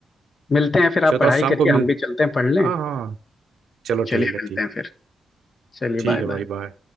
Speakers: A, on the left (about 45°); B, on the right (about 75°).
A: मिलते हैं फिर आप
B: चलो
A: पढ़ाई
B: तो आज शाम
A: करिए
B: को मिल
A: हम भी चलते हैं पढ़ लें
B: हाँ हाँ चलो
A: तो चलिए
B: ठीक है
A: मिलते
B: ठीक
A: हैं फिर चलिए
B: ठीक
A: बाय
B: है भाई
A: बाय
B: बाय